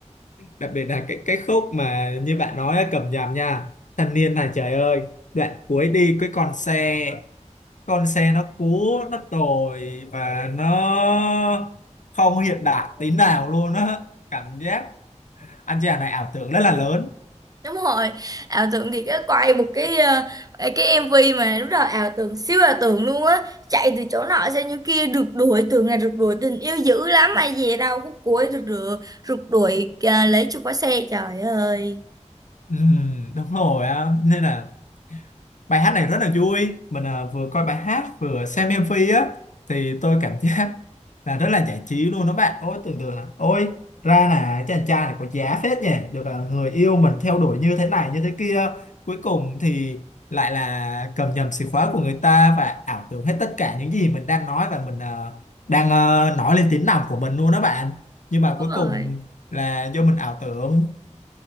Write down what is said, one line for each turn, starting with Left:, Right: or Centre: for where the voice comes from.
Left: đặc biệt là cái cái khúc mà như bạn nói á, cầm nhầm nha thanh niên này trời ơi đoạn cuối đi cái con xe con xe nó cũ nó tồi và nó không hiện đại tí nào luôn á cảm giác anh chàng này ảo tưởng rất là lớn
Right: đúng rồi ảo tưởng thì cái quay một cái ờ, cái MV mà lúc đầu ảo tưởng siêu ảo tưởng luôn á chạy từ chỗ nọ sang chỗ kia rượt đuổi tưởng là rượt đuổi tình yêu dữ lắm mà về đâu khúc cuối rượt rượt rượt đuổi à, lấy chìa khóa xe trời ơi
Left: Ừm, đúng rồi á nên là bài hát này rất là vui mình à, vừa coi bài hát vừa xem em MV á thì tôi cảm giác là rất là giải trí luôn đó bạn ôi tưởng tượng là ôi ra là chàng trai này có giá phết nhỉ được à, người yêu mình theo đuổi như thế này như thế kia cuối cùng thì lại là cầm nhầm chìa khóa của người ta và ảo tưởng hết tất cả những gì mình đang nói và mình à, đang à, nói lên tiếng lòng của mình luôn đó bạn nhưng mà
Right: đúng
Left: cuối
Right: rồi
Left: cùng là do mình ảo tưởng